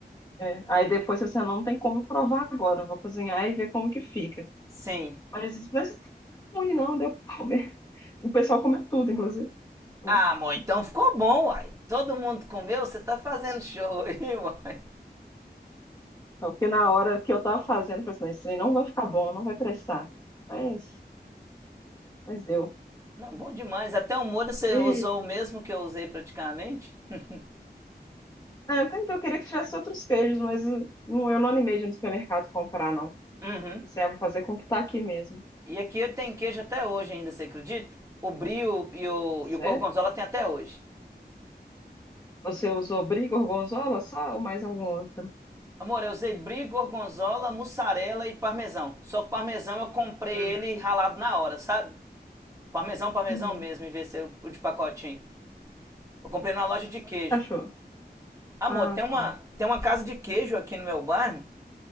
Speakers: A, on the left (about 25°); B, on the right (about 20°).
A: É. Aí depois você não tem como provar agora. Eu vou cozinhar e ver como que fica.
B: Sim.
A: Mas, mas ruim não, deu pra comer. O pessoal comeu tudo, inclusive. Bom,
B: Ah, amor, então ficou bom, uai. Todo mundo comeu, você tá fazendo show aí, <laughs> uai.
A: Não, porque na hora que eu tava fazendo, eu falei assim, não, isso aí não vai ficar bom, não vai prestar. Mas, mas deu.
B: Não, bom demais. Até o molho você usou
A: E, e-
B: o mesmo que eu usei praticamente. <laughs>
A: ah, eu tentei, eu queria que tivesse outros queijos, mas não, eu não animei de ir no supermercado comprar, não.
B: Uhum.
A: Você vai fazer com o que tá aqui mesmo.
B: E aqui eu tenho queijo até hoje ainda, você acredita? O brie e o, e
A: Sério?
B: o gorgonzola tem até hoje.
A: Você usou brie, gorgonzola só ou mais algum outro?
B: Amor, eu usei brie, gorgonzola, mussarela e parmesão. Só que o parmesão eu comprei
A: Hum.
B: ele ralado na hora, sabe? Parmesão, parmesão
A: Uhum.
B: mesmo, em vez de ser o de pacotinho. Eu comprei na loja de queijo.
A: Achou?
B: Amor,
A: Ah,
B: tem uma,
A: tá.
B: tem uma casa de queijo aqui no meu bairro.